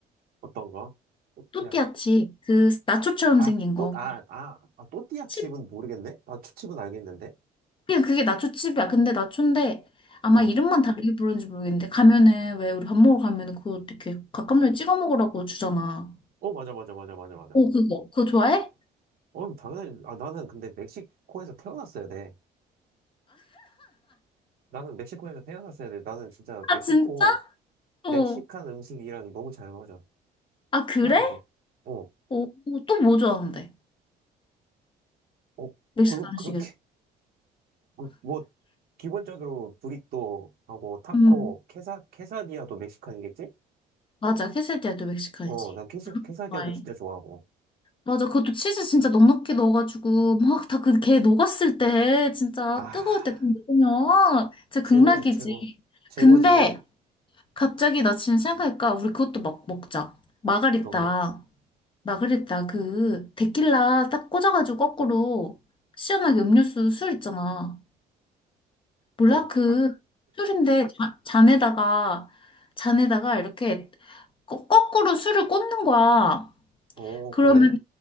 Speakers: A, on the right; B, on the left.
A: 어떤 거? 또띠아.
B: 또띠아 칩, 그 나초처럼
A: 아,
B: 생긴
A: 또,
B: 거.
A: 아, 아, 아, 또띠아
B: 칩,
A: 칩은 모르겠네? 아, 초칩은 알겠는데?
B: 그냥 그게 나초 칩이야. 근데 나초인데, 아마
A: 어.
B: 이름만 다르게 부르는지 모르겠는데, 가면은, 왜 우리 밥 먹으러 가면은 그거 어떻게 갓감면 찍어 먹으라고 주잖아.
A: 어, 맞아, 맞아, 맞아, 맞아, 맞아.
B: 오, 그거. 그거 좋아해?
A: 어, 당연히, 아, 나는 근데 멕시코에서 태어났어야 돼. 나는 멕시코에서 태어났어야 돼. 나는 진짜
B: 아,
A: 멕시코,
B: 진짜? 어.
A: 멕시칸 음식이랑 너무 잘 맞아.
B: 아, 그래?
A: 희한하게. 어,
B: 오, 또 뭐 좋아하는데?
A: 어,
B: 멕시칸식에서.
A: 그거, 그렇게, 그, 뭐, 기본적으로 브리또하고 타코,
B: 음,
A: 케사, 케사디아도 멕시칸이겠지?
B: 맞아. 퀘세디아도 멕시칸이지.
A: 어, 난 케시, 케사디아도
B: 좋아해.
A: 진짜 좋아하고.
B: 맞아. 그것도 치즈 진짜 넉넉히 넣어가지고, 막 다 그 걔 녹았을 때, 진짜
A: 아.
B: 뜨거울 때 먹으면, 진짜
A: 최고지,
B: 극락이지.
A: 최고. 최고지,
B: 근데, 갑자기 나 지금 생각하니까, 우리 그것도 막 먹자. 마가리따.
A: 그런 거?
B: 마가리따, 그, 데킬라 딱 꽂아가지고 거꾸로, 시원하게 음료수 술 있잖아. 몰라,
A: 어, 그-
B: 그, 술인데, 잔- 잔에다가, 잔에다가 이렇게 거, 거꾸로 술을 꽂는 거야.
A: 어,
B: 그러면,
A: 그래?